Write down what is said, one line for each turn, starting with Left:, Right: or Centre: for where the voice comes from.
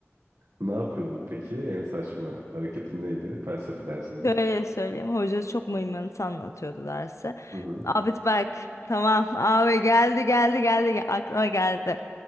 Right: Ne yapıyordun peki? En saçma hareketin neydi felsefe dersinde?
Left: Şöyle söyleyeyim hoca çok mıymıntı anlatıyordu dersi.
Right: Hı hı.
Left: Abi bak tamam abi geldi geldi geldi ge- aklıma geldi.